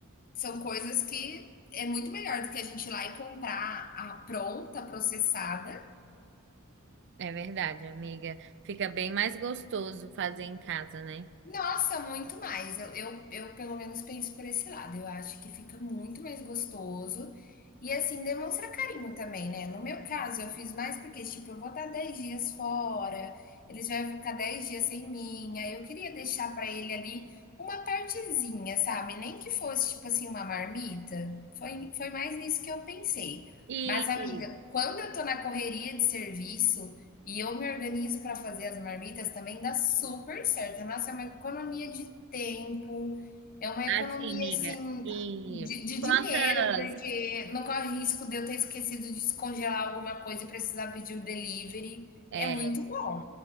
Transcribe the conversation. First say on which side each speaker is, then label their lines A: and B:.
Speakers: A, on the left (about 40°); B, on the right (about 55°).
A: São coisas que é muito melhor do que a gente ir lá e comprar a pronta, processada,
B: É verdade, amiga. Fica bem mais gostoso fazer em casa, né?
A: Nossa, muito mais. Eu, eu, eu pelo menos penso por esse lado. Eu acho que fica muito mais gostoso e assim demonstra carinho também, né? No meu caso, eu fiz mais porque, tipo, eu vou estar 10 dias fora, eles vão ficar 10 dias sem mim. Aí eu queria deixar para ele ali uma partezinha, sabe? Nem que fosse, tipo assim, uma marmita. Foi, foi mais nisso que eu pensei.
B: E
A: Mas, amiga, quando eu tô na correria de serviço, e eu me organizo para fazer as marmitas também, dá super certo. Nossa, é uma economia de tempo, é uma economia
B: assim, amiga,
A: assim
B: e
A: de, de
B: quantas,
A: dinheiro, porque não corre risco de eu ter esquecido de descongelar alguma coisa e precisar pedir o delivery.
B: é,
A: É muito bom.